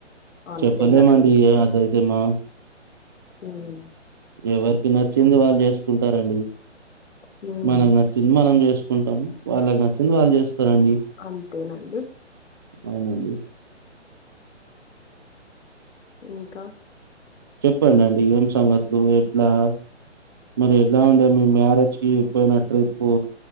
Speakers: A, on the left; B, on the right.
A: అంతేనండి.
B: చెప్పలేమండి అదైతేమ్మా
A: మ్మ్
B: ఎవరికి నచ్చింది వాళ్ళు చేస్ కుంటారండి
A: హ్మ్.
B: మనకు నచ్చింది మనం చేసుకుంటాము వాళ్ళకి నచ్చింది వాళ్ళు చేస్తారండి
A: అంతేనండి.
B: అవునండి
A: ఇంకా
B: చెప్పడండి ఏం సంగతులు ఎట్లా మరి ఎలా ఉండే మీ మ్యారేజ్ కి పోయిన ట్రిప్పు